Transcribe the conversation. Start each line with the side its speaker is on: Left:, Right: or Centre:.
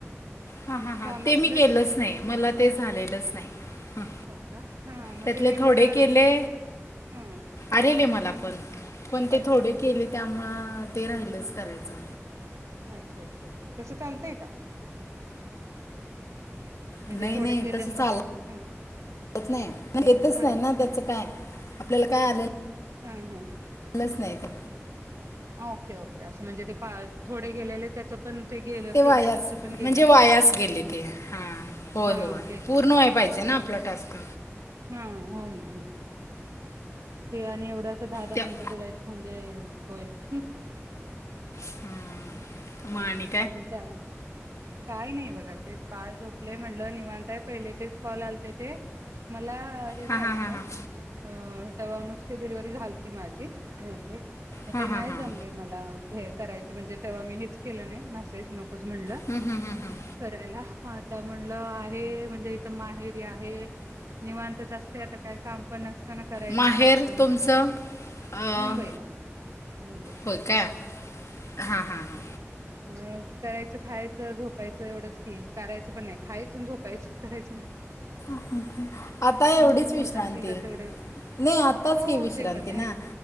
Left: हा हा हा
Right: काम
Left: ते
Right: असलंच
Left: मी केलंच नाही मला ते झालेलंच नाही. हं,
Right: हो का हा मग
Left: त्यातले
Right: ते मी
Left: थोडे
Right: मला आल
Left: केले.
Right: हा
Left: आलेले मला पण पण ते
Right: अच्छा
Left: थोडे केले त्यामुळ ते राहिलच करायचं.
Right: अच्छा अच्छा अच्छा तसं चालतंय का? म्हणजे
Left: नाही
Right: थोडे
Left: नाही
Right: केले
Left: तसं
Right: मग
Left: चालंत
Right: ह
Left: नाही येतच
Right: हा
Left: नाही ना त्याच काय? आपल्याला काय आलय?
Right: हम्म हम्.
Left: <unintelligible> नाय ते.
Right: ओके ओके असं म्हणजे ते पा थोडे गेलेले त्याच पण गेलं
Left: ते
Right: केलेलंच
Left: वायाच.
Right: पण गेलं
Left: म्हणजे वायास
Right: असं
Left: गेली ते हा. होय
Right: हा
Left: होय
Right: तेच
Left: पूर्ण
Right: ना
Left: व्हाया पाहिजे ना आपलं टास्क?
Right: हा होन. ते आणि एवढं असं दहा दहा
Left: त्या
Right: मिनटं बोलायचं म्हणजे तो एक.
Left: हा हा माणी
Right: त्या काही नाही बघा ते बाळ झोपलय. म्हणलं निवांत पहिले ते कॉल ते मला ते
Left: हां
Right: झाले
Left: हां हां
Right: नाही
Left: हां
Right: अ तव्हा नुसती डिलिव्हरी झालती माझी हो काय? मग
Left: हां
Right: ते नाही
Left: हां हां
Right: जमले मला हे करायचे म्हणजे तेव्हा मी हेच केलं नाही मॅसेज नकोच म्हणलं.
Left: हम् हं हं हं.
Right: करायला आता म्हटलं आहे म्हणजे इथं माहेरी आहे. निवांतचं असते आता काय काम पण नस न करायचं
Left: माहेर
Right: खायचं नुसतं.
Left: तुमचं अं,
Right: मुंबईला. मुंबई
Left: होय का हा हा हा.
Right: मग करायचं खायचं झोपायचं एवढंच ठीक करायचं पण नाही खायच झोपायचं करायचं पण
Left: हा हं आता एवढीच
Right: बसून होत
Left: विश्रांती
Right: असतील तर तेवढे
Left: नाही आताच
Right: हो
Left: ही विश्रांती
Right: ते पण आहे
Left: ना?